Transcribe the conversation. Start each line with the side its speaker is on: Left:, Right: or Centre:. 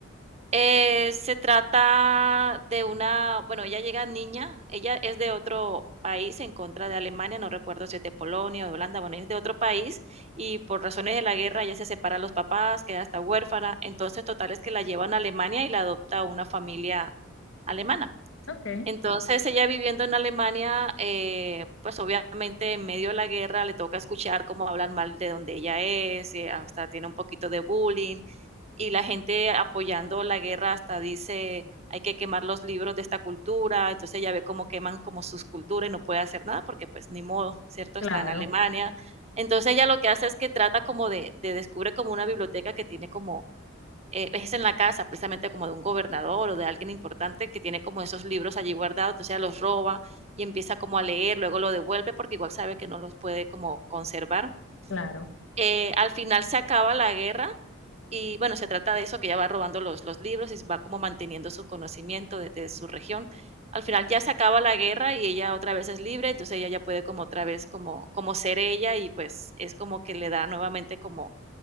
Right: Eh, se trata de una, bueno, ella llega niña, ella es de otro país en contra de Alemania, no recuerdo si es de Polonia o de Holanda, bueno, ella es de otro país y por razones de la guerra ella se separa de los papás, queda hasta huérfana, entonces total es que la llevan a Alemania y la adopta una familia alemana.
Left: Ok,
Right: Entonces, ella viviendo en Alemania, eh, pues, obviamente, en medio de la guerra le toca escuchar cómo hablan mal de donde ella es, eh, hasta tiene un poquito de bullying, y la gente apoyando la guerra hasta dice: "Hay que quemar los libros de esta cultura". Entonces, ella ve cómo queman como sus culturas y no puede hacer nada porque, pues, ni modo, ¿cierto?
Left: claro,
Right: Está en Alemania. Entonces, ella lo que hace es que trata como de de descubre como una biblioteca que tiene como eh, es en la casa, precisamente como de un gobernador o de alguien importante que tiene como esos libros allí guardados, entonces ella los roba y empieza como a leer, luego lo devuelve porque igual sabe que no los puede como conservar.
Left: claro.
Right: Eh, al final se acaba la guerra y bueno, se trata de eso, que ella va robando los, los libros y va como manteniendo sus conocimientos de, de su región. Al final ya se acaba la guerra y ella otra vez es libre, entonces ella ya puede como otra vez como, como ser ella y pues es como que le da nuevamente como